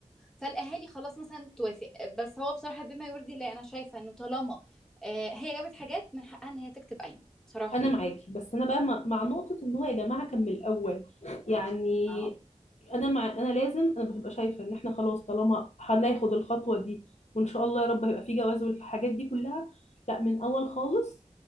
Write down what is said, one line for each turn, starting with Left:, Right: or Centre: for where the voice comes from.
Centre: فالأهالي خلاص مثلا توافق بس هو بصراحة بما يرضي الله أنا شايفة إنه طالما آه، هي جابت حاجات من حقها إن هي تكتب قايمة بصراحة
Left: انا
Centre: يعني
Left: معاكي بس انا بقى مع مع نقطه ان هو يا جماعه كان من الاول يعني
Centre: اه
Left: انا مع انا لازم انا ببقى شايفه ان احنا خلاص طالما هناخد الخطوه دي وان شاء الله يا رب هيبقى في جواز والحاجات دي كلها لا من اول خالص